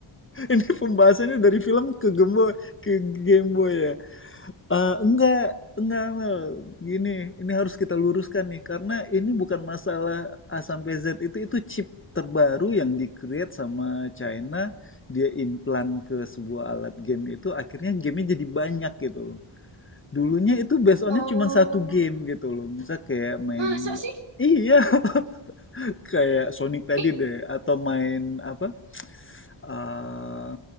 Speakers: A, on the left (about 25°); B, on the right (about 65°).
A: ini pembahasannya dari film ke Gembo ke Game Boy ya. Eh, enggak, enggak Mel. Gini, ini harus kita luruskan nih karena ini bukan masalah A sampai Z itu itu chip terbaru yang di-create sama China, dia implant ke sebuah alat game itu akhirnya gamenya jadi banyak gitu loh. Dulunya itu based onnya
B: Oh,
A: cuma satu game gitu loh. Misal kayak main
B: masa sih?
A: iya <laughs> kayak Sonic tadi
B: Ih,
A: deh atau main apa? eh,